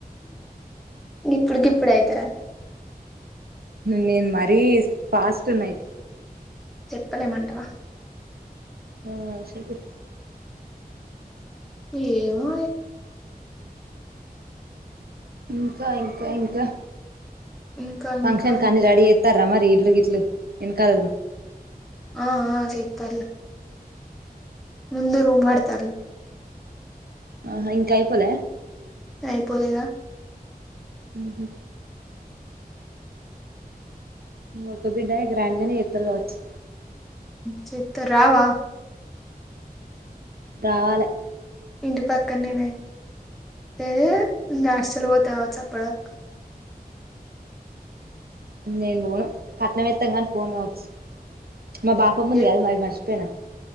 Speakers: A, in the centre; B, on the right.
A: గిప్పుడు గిప్పుడు అయితారా
B: నేను మరీ ఫాస్ట్ నైట్
A: చెప్పలేమంటావా
B: హ్మ్ సెపు
A: ఏమో
B: ఇంకా ఇంకా ఇంకా
A: ఇంకా
B: ఫంక్షన్
A: ఇంకా
B: కానీ రెడీ చేత్తారా మరి ఇల్లు గిట్లు వెనకాలలో
A: ఆహ్ అహ్ చెట్టరులే ముందు రూమ్ కడత్తారూ
B: ఆహా ఇంకా అయిపోలే
A: అయిపోలేదా
B: ఉహూ ఒకే బిడ్డ అని గ్రాండ్ గానే చేత్తారు కావచ్చు
A: చేస్తే రావా
B: రావాలే
A: ఇంటి పక్కనేనే ఏ నేను హాస్టల్‌కి పోత కావచ్చు అప్పటివరకు
B: నేను పోను క ట్నం వేత్తంగాని పోను కావచ్చు మా బాపమ్మ ఉంది
A: ఏ
B: కాదే మరి మర్చపోయినా